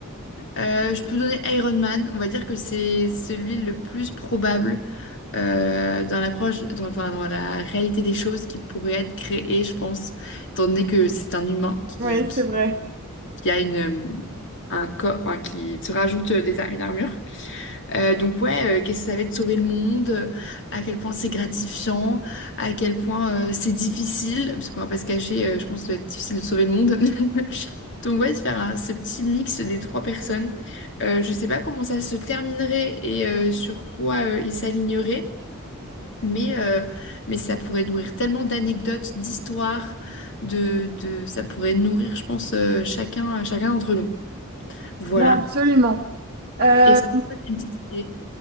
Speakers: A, on the left (about 60°); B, on the right (about 45°).
A: Euh, je peux donner Iron Man. On va dire que c'est celui le plus probable euh, dans l'approche, dans, enfin, dans la réalité des choses qui pourrait être créée, je pense, étant donné que c'est un humain qui
B: Oui,
A: qui
B: c'est vrai.
A: qui a une, euh, un corps, enfin, qui te rajoute euh, des, ar- une armure. Euh, donc ouais, euh, qu'est-ce que ça va être de sauver le monde, euh, à quel point c'est gratifiant, à quel point euh, c'est difficile, parce qu'on va pas se cacher, euh, je pense que ça doit être difficile de sauver le monde. <laughs> Donc ouais, de faire un- ce petit mix des trois personnes. Euh, je sais pas comment ça se terminerait et euh, sur quoi euh, ils s'aligneraient, mais, euh, mais ça pourrait nourrir tellement d'anecdotes, d'histoires, de, de, ça pourrait nourrir, je pense, euh, chacun, chacun d'entre nous. Voilà.
B: Non, absolument. Euh,
A: Est-ce que tu as une petite idée?